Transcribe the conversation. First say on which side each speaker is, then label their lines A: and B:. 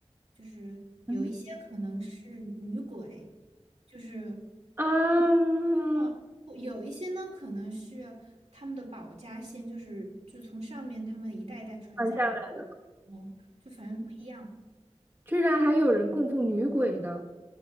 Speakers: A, on the right (about 75°); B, on the right (about 20°).
A: 就是有一些可能是女鬼，
B: 嗯，
A: 就是。
B: 嗯，
A: 嗯，哦有一些呢，可能是他们的保家仙，就是就从上面他们一代一代传下来，
B: 买下来的。
A: 嗯，就反正不一样，
B: 居然还有人供奉女鬼的，